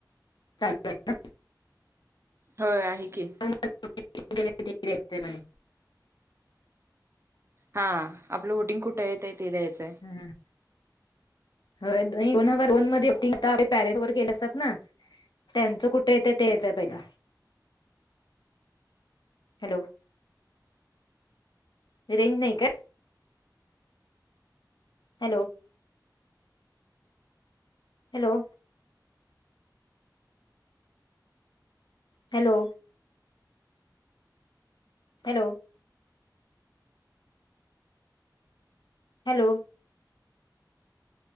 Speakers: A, on the left; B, on the right.
A: चालूय ना?
B: होय आहे की.
A: <unintelligible> म्हणे.
B: हा आपलं वोटिंग कुठय तेथे द्यायचंय.
A: हम्. होय दोन हजार दोन मध्ये वोटींग टाक पॅरेल वर गेल असतात ना त्यांचं कुठे येत ते येतंय पहिला. हॅलो! रेंज नाही का? Hello! Hello! Hello! Hello! Hello!